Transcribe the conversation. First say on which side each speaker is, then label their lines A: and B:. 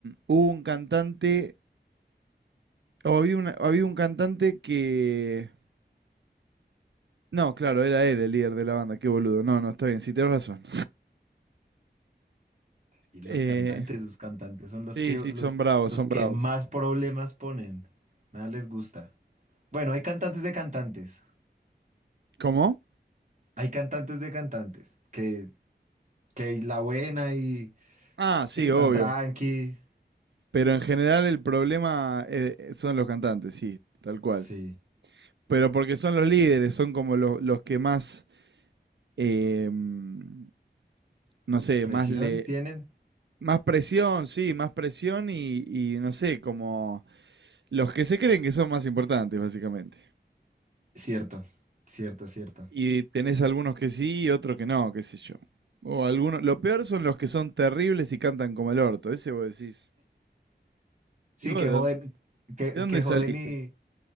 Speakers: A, on the right; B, on the right.
A: hubo un cantante, o había, una- había un cantante que... No, claro, era él el líder de la banda, qué boludo. No, no, está bien, sí, tenés razón.
B: <laughs> sí, los
A: Eh,
B: cantantes, los cantantes son los
A: sí,
B: que,
A: sí,
B: los,
A: son bravos,
B: los
A: son
B: que
A: bravos.
B: más problemas ponen. Nada les gusta. Bueno, hay cantantes de cantantes.
A: ¿Cómo?
B: Hay cantantes de cantantes que, que la buena y
A: Ah,
B: sí,
A: sí,
B: están
A: obvio.
B: tranqui.
A: Pero en general el problema eh, son los cantantes, sí, tal cual.
B: Sí,
A: Pero porque son los líderes, son como los, los que más, eh, no sé,
B: presión
A: más le...
B: tienen.
A: Más presión, sí, más presión y, y no sé, como los que se creen que son más importantes, básicamente.
B: Cierto, cierto, cierto.
A: Y tenés algunos que sí y otros que no, qué sé yo. O algunos, lo peor son los que son terribles y cantan como el orto, ese vos decís.
B: Sí,
A: ¿Y vos
B: que
A: de
B: joden,
A: dónde,
B: que,
A: de dónde
B: que joden
A: saliste?